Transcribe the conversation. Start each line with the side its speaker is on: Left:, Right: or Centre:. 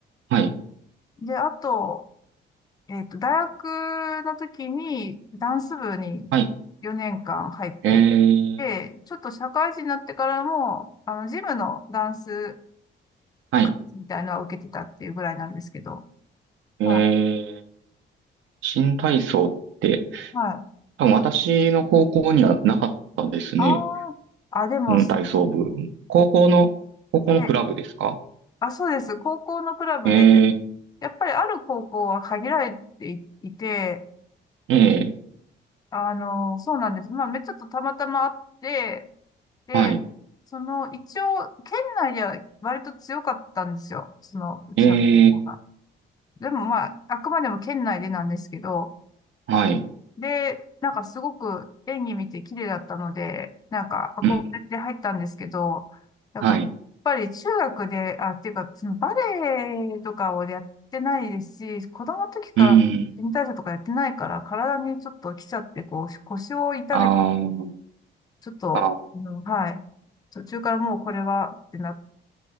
Right: はい、
Left: で、あと、えっと、大学の時にダンス部に4年間入っていっ
Right: はい。えー、
Left: て、ちょっと社会人になってからも、あの、ジムのダンス
Right: はい。
Left: クラスみたいなのは受けてたっていうぐらいなんですけど、
Right: え
Left: はい。
Right: ー、新体操って、
Left: はい。
Right: 多分私の高校にはなかったですね。
Left: あああ、でも、
Right: うん、
Left: そ
Right: 体操部。高校の、高校のクラブですか
Left: うねあ、そうです。高校のクラブで、
Right: え
Left: やっぱりある高校は限られていいて、
Right: ー、えー、
Left: あの、そうなんです。まあ、めちょっとたまたまあって、で、
Right: はい、
Left: その、一応、県内では割と強かったんですよ。その、うちの高校が。
Right: えー、
Left: でもまあ、あくまでも県内でなんですけど、
Right: はい、
Left: で、なんかすごく演技見て綺麗だったので、なんか憧れて入ったんですけど、
Right: うん、
Left: なんか、
Right: はい、
Left: やっぱり中学で、あ、っていうか、そのバレエとかをやってないですし、子供の時から新体操とかやってないから、
Right: うん、
Left: 体にちょっと来ちゃって、こう、腰を痛めて、
Right: あー
Left: ちょっと、
Right: あ
Left: あの、はい。途中からもうこれはってなっ